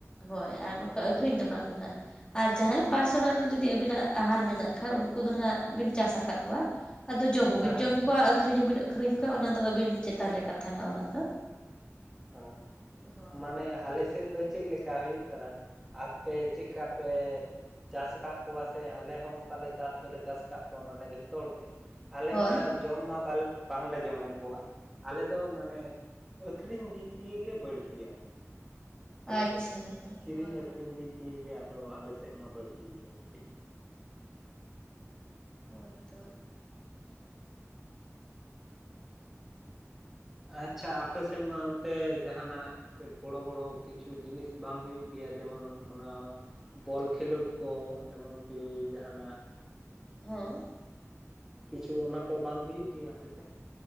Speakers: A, on the left; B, in the centre.
A: ᱦᱳᱭ ᱟᱨ ᱱᱚᱝᱠᱟ ᱟᱹᱠᱷᱨᱤᱧ ᱫᱚ ᱵᱟᱝᱟ ᱱᱟᱦᱟᱜ᱾ ᱟᱨ ᱡᱟᱦᱟᱸᱭ ᱯᱟᱨᱥᱚᱱᱟᱞ ᱡᱩᱫᱤ ᱟᱵᱤᱱᱟᱜ ᱟᱦᱟᱨ ᱢᱮᱱᱟᱜ ᱠᱷᱟᱱ ᱩᱱᱠᱩ ᱫᱚ ᱱᱟᱦᱟᱜ ᱵᱤᱱ ᱪᱟᱥ ᱟᱠᱟᱫ ᱠᱚᱣᱟ᱾ ᱟᱫᱚ ᱡᱚᱢ ᱦᱚᱸᱵᱤᱱ
B: ᱦᱮᱸ
A: ᱡᱚᱢ ᱠᱚᱣᱟ ᱟᱹᱷᱨᱤᱧ ᱦᱚᱸᱵᱤᱱ ᱟᱠᱷᱨᱤᱧ ᱠᱚᱣᱟ ᱚᱱᱟ ᱫᱚ ᱟᱹᱵᱤᱱ ᱪᱮᱛᱟᱱ ᱨᱮ ᱠᱟᱛᱷᱟ ᱱᱟᱦᱟᱜ ᱚᱱᱟ ᱫᱚ᱾
B: ᱚᱸ
A: ᱦᱳᱭ
B: ᱢᱟᱱᱮ ᱟᱞᱮ ᱥᱮ ᱥᱮᱫ ᱫᱚ ᱪᱮᱫ ᱞᱮᱠᱟ ᱦᱩᱭᱩᱜ ᱠᱟᱱᱟ, ᱟᱯᱮ ᱪᱮᱫᱠᱟ ᱯᱮ ᱪᱟᱥ ᱠᱟᱜ ᱠᱚᱣᱟ ᱥᱮ ᱟᱞᱮ ᱦᱚᱸ ᱚᱱᱠᱟᱞᱮ ᱪᱟᱥ ᱫᱚᱞᱮ ᱪᱟᱥ ᱠᱟᱜ ᱠᱚᱣᱟ ᱢᱟᱱᱮ ᱡᱷᱚᱛᱚ ᱦᱚᱲ ᱛᱮ᱾ ᱟᱞᱮ
A: ᱦᱳᱭ
B: ᱢᱟ ᱡᱚᱢ ᱢᱟ ᱵᱟᱞ ᱵᱟᱝᱞᱮ ᱡᱚᱢᱮᱫ ᱠᱚᱣᱟ, ᱟᱞᱮ ᱫᱚ ᱢᱟᱱᱮ ᱠᱷᱨᱤᱧ ᱫᱤᱠ ᱫᱤᱭᱮᱴᱟᱹ ᱜᱮ ᱵᱟᱹᱲᱛᱤ ᱟᱨ
A: ᱟᱪᱪᱷᱟ
B: ᱟᱞᱮ ᱥᱮᱫ ᱫᱚ,
A: ᱦᱳᱭ
B: ᱠᱤᱨᱤᱧ
A: ᱦᱳᱭ
B: ᱟᱹᱠᱷᱨᱤᱧ ᱫᱤᱠ ᱫᱤᱭᱮ ᱜᱮ ᱟᱫᱚ ᱟᱞᱮ ᱥᱮᱫ ᱢᱟ ᱵᱟᱹᱲᱛᱤ ᱜᱮᱭᱟ ᱠᱟᱹᱴᱤᱡ᱾
A: ᱦᱳᱭᱛᱳ᱾
B: ᱟᱪᱪᱷᱟ ᱟᱯᱮ ᱥᱮᱫ ᱢᱟ ᱚᱱᱛᱮ ᱡᱟᱦᱟᱱᱟᱜ ᱯᱮ ᱵᱚᱲᱚ ᱵᱚᱲᱚ ᱠᱤᱪᱷᱩ ᱡᱤᱱᱤᱥ ᱵᱟᱝ ᱦᱩᱭᱩᱜ ᱜᱮᱭᱟ ᱡᱮᱢᱚᱱ ᱚᱱᱟ ᱵᱚᱞ ᱠᱷᱮᱞᱳᱰ ᱠᱚ ᱮᱢᱚᱱᱠᱤ ᱡᱟᱦᱟᱱᱟᱜ
A: ᱦᱚᱸ᱾
B: ᱠᱤᱪᱷᱩ ᱚᱱᱟ ᱠᱚ ᱵᱟᱝ ᱦᱩᱭᱩᱜ ᱜᱮᱭᱟ ᱟᱯᱮ ᱥᱮᱫ?